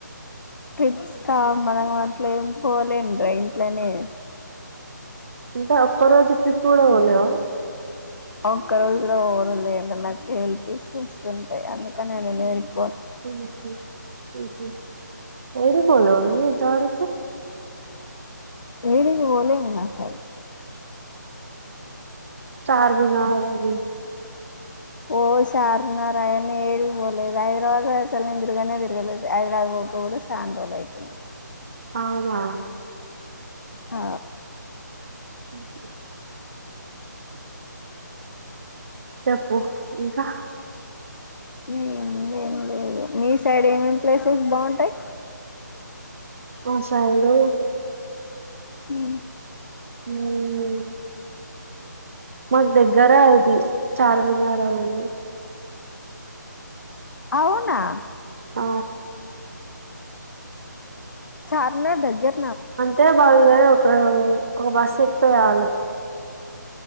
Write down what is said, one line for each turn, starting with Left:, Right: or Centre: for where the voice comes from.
Left: ట్రిప్స్ కా మనం అట్ల ఏం పోలేం రే ఇంట్లనే
Right: అంటే ఒక్కరోజు ట్రిప్ కూడా పోలేవా
Left: ఒక్క రోజు కూడా అవ్వదు లేండి నాకు హెల్త్ ఇష్యూస్ ఉంటాయి అందుకనే నేను యాడికి
Right: ఊహూ ఊహు యాడు పోలా నువ్ జారుకి
Left: ఏడికీ పోలే నేనసలు
Right: చార్ మినార్ అది
Left: ఓ సారున్నారాయన్న ఏడికి పోలేదు హైదరాబాద్ అసలు నిందిరుగానే తిరగలేదు హైదరాబాద్ పోక కూడా సానా రోజులైతుంది
Right: ఔనా
Left: ఆ
Right: <unintelligible> చెప్పు ఇంకా
Left: ఇగ ఏముంది ఏం లేదు మీ సైడ్ ఏమేమి ప్లేసెస్ బావుంటాయి
Right: ఓ సైడు
Left: మ్
Right: మ్మ్ మాకు దగ్గర ఇది చార్మినార్ అవన్నీ
Left: అవునా
Right: ఔ
Left: చార్నా దగ్గర
Right: అంతే <unintelligible> కౌ ఒక బస్సు ఎక్తే చాలు